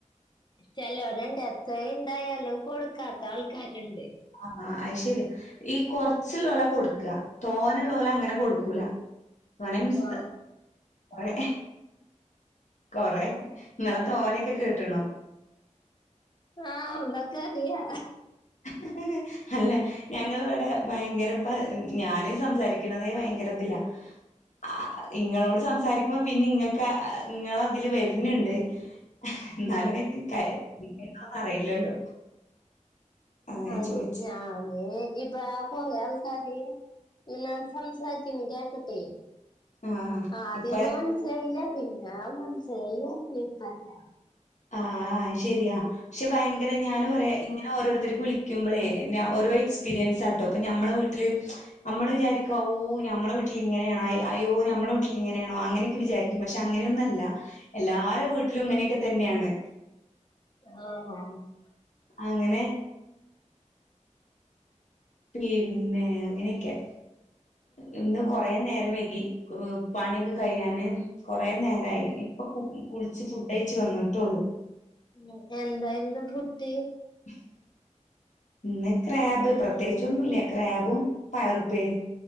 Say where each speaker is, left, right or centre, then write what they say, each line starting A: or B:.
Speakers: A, on the left; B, on the left.
A: ചെലോരുണ്ട് എത്രയിണ്ടായാലും കൊടുക്കാത്ത ആൾക്കാരുണ്ട്
B: ആഹ് അത് ശരി ഈ കൊർച്ച്ള്ളൊരാ കൊട്ക്ക തോനെള്ളൊര് അങ്ങനെ കൊട്ക്കൂല സ്വന <unintelligible> മസ്
A: ആ
B: കൊറേ കൊറേ നിങ്ങളെ തോനെയെക്കെ കേട്ടണു
A: ആഹ് നിങ്ങക്കറിയാ
B: <unintelligible> അല്ല ഞങ്ങള് ഇവടെ ഭയങ്കര പ ഞാന് സംസാരിക്കണതേ ഭയങ്കര ഇതിലാ <inaudible> ആഹ് ഇങ്ങളോട് സംസാരിക്കുമ്പോ പിന്നെ ഇങ്ങക്കാ ഇങ്ങളതില് വെര്ണ്ട് എന്നാലും എക്ക് <unintelligible> ണോന്ന് അറിയില്ലല്ലോ അതാ
A: അഹ്
B: ഞാൻ ചോയിച്ചേ.
A: ഞാന് ഇപ്പ <unintelligible> എന്നാ സംസാരിക്കുന്ന കേട്ടിട്ടെ
B: ആഹ്
A: ആദ്യയൊന്നും
B: ഇപ്പ
A: മനസ്സിലായില്ല പിന്നെ മനസ്സിലായി വന്നീപ്പ ങ്ങ <unintelligible> നെ
B: ആഹ് അത് ശരിയാ പക്ഷെ ഭയങ്കര ഞാൻ പറയാ- ഇങ്ങനെ ഓരോരുത്തർക്ക് വിളിക്കുമ്പളെ ന ഓരോ എക്സ്പീരിയൻസ് ആട്ടോ ഇപ്പോ നമ്മളെ വീട്ടില് നമ്മള് വിചാരിക്കും ഓഹ് നമ്മടെ വീട്ടിൽ ഇങ്ങനെയാണോ അയോ നമ്മെടെ വീട്ടിൽ ഇങ്ങനെയാണോ അങ്ങനെയൊക്കെ വിചാരിക്കും പക്ഷെ അങ്ങനെയൊന്നുയല്ല എല്ലാരും വീട്ടിലും ഇങ്ങനെയൊക്കെ തന്നെയാണ്
A: <unintelligible>
B: അങ്ങനെ പിന്നെ അങ്ങനെയൊക്കെ ഇന്ന് കുറെ നേരം വൈകി പണി കഴിയാൻ കൊറേ നേരായി. ഇപ്പൊ കുളിച്ച് ഫുഡ് കഴിച്ചു വന്നിട്ടുള്ളൂ.
A: ഇന്ന് എന്തായിരുന്നു ഫുഡ്
B: <unintelligible> ഇന്ന് ക്രാബ് പ്രത്യേകിച്ചൊന്നുല്ല ക്രാബും പയറുപ്പേരിം